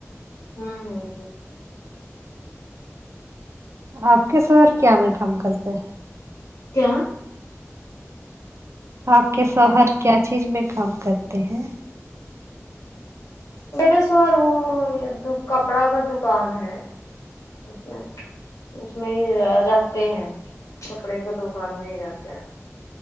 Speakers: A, on the left; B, on the right.
A: ہوں ہوتا
B: آپ کے شوہر کیا میں کام کرتے ہیں
A: کیا
B: آپ کے شوہر کیا چیز میں کام کرتے ہیں
A: میرے شوہر وہ کپڑا کا دکان ہے اچھا اس لیے وہ آ جاتے ہیں چھپڑے کے دکان میں ہی رہتے ہیں